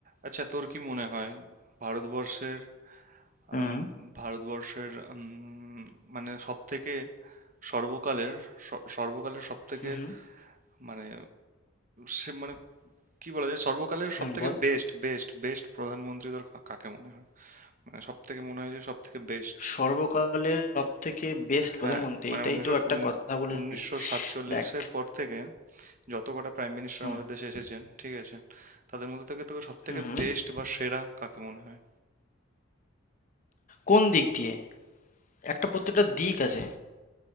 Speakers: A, on the right; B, on the left.
A: আচ্ছা তোর কি মনে হয় ভারতবর্ষের
B: হুম,
A: আম, ভারতবর্ষের উম, মানে সব থেকে সর্বকালের স- সর্বকালের সব থেকে
B: হুম, হুম,
A: মানে সে মানে কি বলা যায় সর্বকালের
B: হুম,
A: সব থেকে
B: বল।
A: বেস্ট বেস্ট বেস্ট প্রধানমন্ত্রী তোর কা- কাকে মনে হয় মানে সব থেকে মনে হয় যে সব থেকে বেস্ট
B: সর্বকালের সবথেকে বেস্ট প্রধানমন্ত্রী
A: হ্যাঁ মানে
B: এটাই
A: উনিশশো
B: তো একটা কথা বলি
A: উনিশশো সাতচল্লিশের
B: দেখ
A: পর থেকে যত কটা প্রাইম মিনিস্টার
B: হুম
A: আমাদের দেশে এসেছেন ঠিক আছে তাদের মধ্যে থেকে তোকে সব থেকে
B: হুম হুম
A: বেস্ট বা সেরা কাকে মনে হয়
B: কোন দিক দিয়ে একটা প্রত্যেকটা দিক আছে